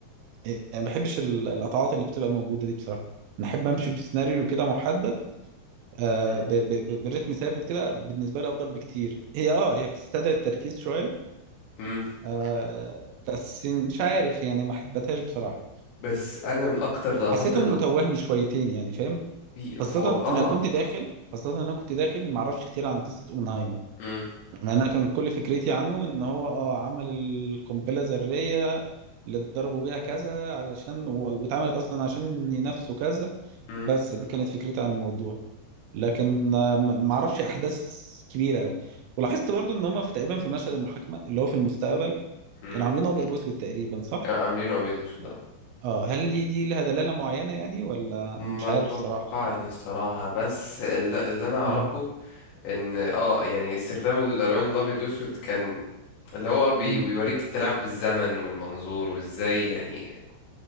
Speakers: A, on the right; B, on the left.
A: يعني ما بحبش ال- القطعات اللي بتبقى موجوده دي بصراحه انا احب امشي بسيناريو كده محدد آه
B: مم.
A: ب- ب- ب- برتم ثابت كده بالنسبه لي افضل بكتير هي اه هي بتستدعي التركيز شويه
B: امم
A: آه بس مش عارف يعني ما حبيتهاش بصراحه
B: بس انا من اكتر اللقطات
A: حسيت
B: اللي
A: انه توهني شويتين يعني فاهم
B: في
A: خاصه
B: فو اه
A: انا كنت داخل خاصه انا كنت داخل ما اعرفش كتير عن قصه اوبنهايمر
B: امم
A: انا كان كل فكرتي عنه ان هو اه عمل القنبله الذريه اللي ضربوا بيها كذا علشان و- واتعملت اصلا عشان ينافسوا كذا
B: امم
A: بس دي كانت فكرتي عن الموضوع لكن آه، ما ما اعرفش احداث كبيره قوي ولاحظت برضو ان هم في تقريبا في مشهد المحاكمه اللي هو في المستقبل
B: امم
A: كانوا عاملين ابيض واسود تقريبا صح
B: كانوا عاملينه ابيض واسود آه.
A: اه هل دي دي لها دلاله معينه يعني ولا مش
B: ما اتوقعش
A: عارف صراحه
B: الصراحه بس اللي, اللي انا اعرفه
A: مم.
B: ان اه يعني استخدام الالوان الابيض واسود كان اللي هو بي-
A: مم.
B: بيوريك التلاعب بالزمن والمنظور وازاي يعني